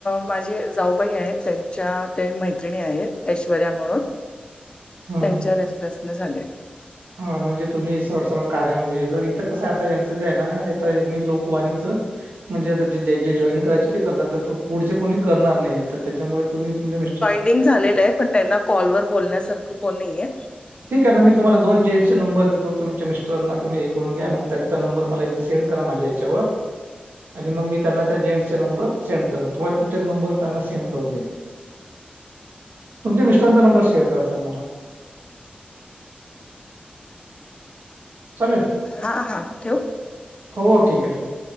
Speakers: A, on the left; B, on the right.
A: माझे जाऊबाई आहेत, त्यांच्या ते मैत्रिणी आहेत ऐश्वर्या म्हणून,
B: हम्म
A: त्यांच्या रेफरन्सने झाले.
B: हा म्हणजे तुम्ही सरळ-सरळ कार्या मध्ये, इथं कसं आता यांचं जे आहे ना इथं यांनी लोकवाणीचं म्हणजे आता जे ज जे जॉईन करायचे ते करतात. तर तो पुढचे कोणी करणार नाहीयेत, तर त्याच्यामुळे तुम्ही तुमचे मिस्टर
A: लिंक झालेलं आहे, पण त्यांना कॉल वर बोलण्यासारखं कोण नाहीये.
B: ठीक आहे ना, मी तुम्हाला दोन जेंट्स चे नंबर देतो. तुमच्या मिस्टरांना तुम्ही हे करून घ्या. मग त्यांचा नंबर, मला इथं सेंड करा. माझ्या च्या वर आणि मग मी त्यांना, त्या जेंट्सचे नंबर सेंड करन. तुम्हा, तुमचेच नंबर त्यांना सेंड करून देईन. तुमच्या मिस्टरांचा नंबर शेअर करा सर मला. चालेल.
A: हां.. हां ठेवू?
B: हो ठीक आहे, ठीक आहे.